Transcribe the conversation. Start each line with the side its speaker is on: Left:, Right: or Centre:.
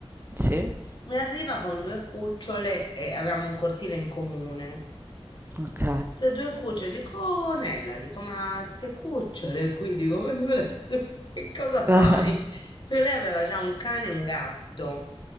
Right: sì,
Left: Mi arriva con due cucciole e avevamo un cortile in comune.
Right: ok.
Left: Ste due cucciole, dico, "Oh, Nella, dico, ma ste cucciole qui, dico, ma dove le- dove- che cosa fai?
Right: <laughs>
Left: Perché lei aveva già un cane e un gatto.